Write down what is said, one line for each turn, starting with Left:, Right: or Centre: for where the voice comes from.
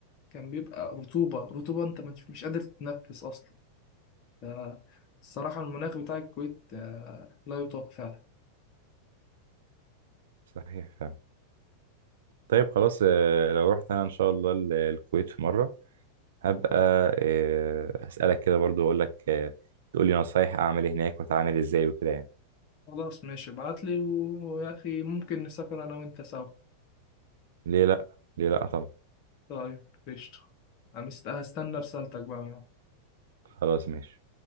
Left: كان بيبقى رطوبة رطوبة أنت مش مش قادر تتنفس أصلا فالصراحة المناخ بتاع الكويت آه، لا يطاق فعلا
Right: صحيح فعلا طيب خلاص آه، لو رحت انا ان شاء الله ال- الكويت في مره هبقى آه، اسالك كده برضو اقول لك آه، تقول لي نصايح اعمل إيه هناك واتعامل ازاي وكده يعني
Left: خلاص ماشي ابعتلي و- ويا أخي ممكن نسافر أنا وأنت سوا
Right: ليه لا ليه لا طبعا
Left: طيب قشطة أنا مست- هستنى رسالتك بقى
Right: خلاص ماشي